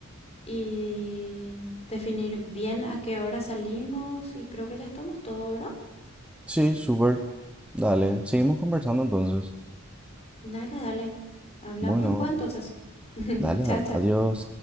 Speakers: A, on the left (about 30°); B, in the centre.
A: y definir bien a qué hora salimos y creo que ya estamos todo, ¿verdad?
B: Sí, súper. Dale, seguimos conversando entonces.
A: Dale, dale. Hablamos
B: Bueno,
A: después entonces. <laughs>
B: dale,
A: Chao,
B: dale.
A: chao.
B: Adiós.